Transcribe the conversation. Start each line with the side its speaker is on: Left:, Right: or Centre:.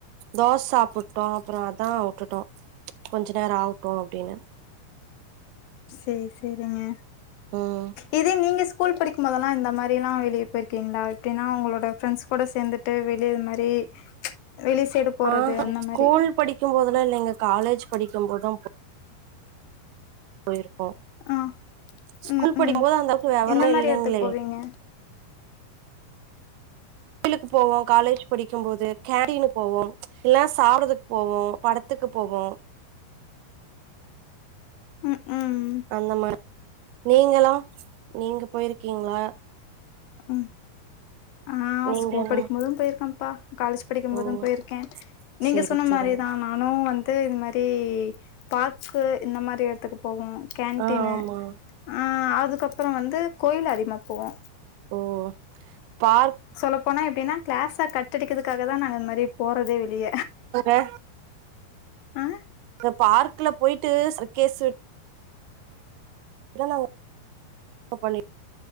Right: தோச சாப்புட்டோ அப்பறோ அதா வுட்டுட்டோ கொஞ்ச நேரோ ஆவுட்டு அப்டின்னு
Left: சேரி சேரிங்க
Right: ம்
Left: இதே நீங்க ஸ்கூல் படிக்கும் போதெல்லா இந்த மாரிலா வெளிய போயிருக்கீங்களா எப்டினா உங்களோட ஃப்ரண்ட்ஸ் கூட சேந்துட்டு வெளிய இது மாரி வெளி சைடு போறது
Right: ஆஹ
Left: அந்த
Right: ஸ்கூல்
Left: மாரி
Right: படிக்கும்போதுலா இல்லங்க காலேஜ் படிக்கும்போதா போ போய்ருக்கோ
Left: ஆ
Right: ஸ்கூல்
Left: ம்
Right: படிக்கும்போது
Left: ம்
Right: அந்த அளவுக்கு வெவரமே
Left: எந்த மாரி
Right: இல்லைங்களே
Left: எடத்துக்கு போவீங்க
Right: கோயிலுக்கு போவோ காலேஜ் படிக்கும் போது கேன்டீனு போவோம் இல்ல சாறதுக்கு போவோ படத்துக்கு போவோ
Left: உகும்
Right: அந்த மார் நீங்களா நீங்க போயிருக்கீங்களா
Left: ம் ஆ
Right: நீங்க
Left: ஸ்கூல்
Right: என்னமா
Left: படிக்கும் போதும் போயிருக்கேன்பா காலேஜ் படிக்கும்
Right: ஓ
Left: போதும் போயிருக்கே நீங்க
Right: செரி
Left: சொன்ன
Right: செரிங்க
Left: மாரிதா நா னும் வந்து இது மாரி தாக்ஸு இந்த மாரி எடத்துக்கு போவோ கேன்டீனு
Right: ஆ ஆமா
Left: அ அதுக்கப்பறோ வந்து கோயில் அதிகமா போவோ
Right: ஓ பார்க்
Left: சொல்லப்போனா எப்டின்னா கிளாஸ கட்டடிக்கறதுக்காக தா நாங்க இந்த மாரியே போறதே வெளிய
Right: போக
Left: ஆ
Right: இந்த பார்க்குல போய்ட்டு சர்கேஸ்ஸூ <unintelligible> ஆப் பண்ணி